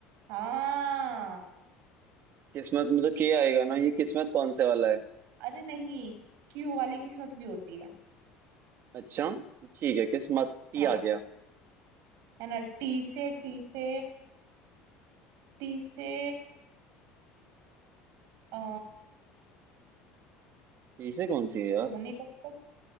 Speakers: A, on the right; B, on the right.
A: हाँ
B: किस्मत में तो के आएगा ना ये किस्मत कौन से वाला है
A: अरे नहीं क्यू वाली किस्मत भी होती है
B: अच्छा ठीक है किस्मत टी
A: हाँ
B: आ गया
A: है ना टी से टी से टी से अ
B: टी से कौन सी है यार
A: टोनी कपूर